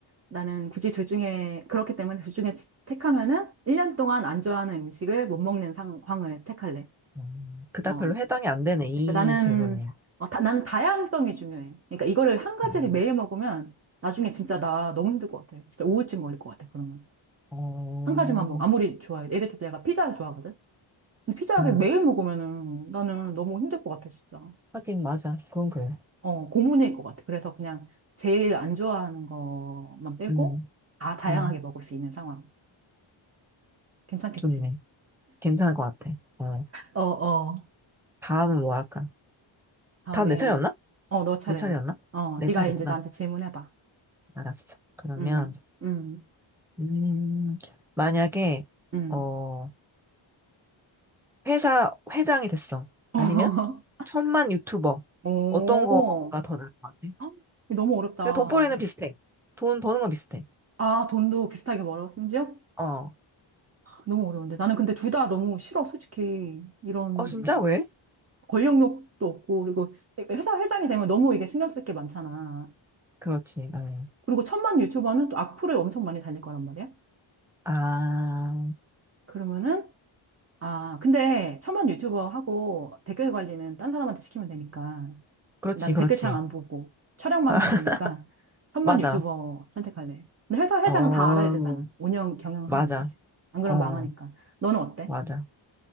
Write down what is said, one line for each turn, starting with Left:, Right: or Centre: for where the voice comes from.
Right: 나는 굳이 둘 중에 그렇기 때문에 둘 중에 택하면은 1년 동안 안 좋아하는 음식을 못 먹는 상황을 택할래.
Centre: 음, 그닥
Right: 어.
Centre: 별로 해당이 안 되네, 이
Right: 그러니까 나는
Centre: 질문에.
Right: 어, 다, 나는 다양성이 중요해. 그러니까 이거를 한 가지를
Centre: 음,
Right: 매일 먹으면 나중에 진짜 나 너무 힘들 것 같아. 진짜 우울증 걸릴 것 같아. 그러면
Centre: 어,
Right: 한 가지만 먹어. 아무리 좋아해. 예를 들어서 내가 피자를 좋아하거든. 근데 피자를
Centre: 음,
Right: 매일 먹으면은 나는 너무 힘들 것 같아, 진짜.
Centre: 하긴 맞아. 그건 그래.
Right: 어, 고문일 것 같아. 그래서 그냥 제일 안 좋아하는 것만 빼고
Centre: 음,
Right: 다 다양하게
Centre: 음,
Right: 먹을 수 있는 상황. 괜찮겠지?
Centre: 좋네. 괜찮을 것 같아. 어,
Right: 어, 어.
Centre: 다음은 뭐 할까?
Right: 다음에,
Centre: 다음 내 차례였나?
Right: 어, 너 차례야.
Centre: 네 차례였나?
Right: 어,
Centre: 내
Right: 네가
Centre: 차례구나.
Right: 이제 나한테 질문해봐.
Centre: 알았어. 그러면,
Right: 음, 음,
Centre: 음, 만약에,
Right: 음.
Centre: 어, 회사 회장이 됐어.
Right: <laughs>
Centre: 아니면, 천만 유튜버.
Right: 오,
Centre: 어떤 거가 더 나을 것 같아?
Right: 헉, 너무 어렵다.
Centre: 그래, 돈벌이는 비슷해. 돈 버는 건 비슷해.
Right: 아, 돈도 비슷하게 벌어, 심지어?
Centre: 어.
Right: 너무 어려운데. 나는 근데 둘 다 너무 싫어, 솔직히. 이런
Centre: 어, 진짜? 왜?
Right: 권력욕도 없고, 그리고 회사 회장이 되면 너무 이게 신경 쓸 게 많잖아.
Centre: 그렇지. 아니.
Right: 그리고 천만 유튜버는 또 악플을 엄청 많이 달릴 거란 말이야.
Centre: 아,
Right: 그러면은, 아, 근데 천만 유튜버하고 댓글 관리는 딴 사람한테 시키면 되니까.
Centre: 그렇지,
Right: 난
Centre: 그렇지.
Right: 댓글창 안 보고 촬영만
Centre: <laughs>
Right: 하면 되니까 천만
Centre: 맞아.
Right: 유튜버 선택할래. 근데 회사 회장은
Centre: 어,
Right: 다 알아야 되잖아. 운영, 경영하려면,
Centre: 맞아.
Right: 그치? 안 그러면
Centre: 어,
Right: 망하니까. 너는 어때?
Centre: 맞아.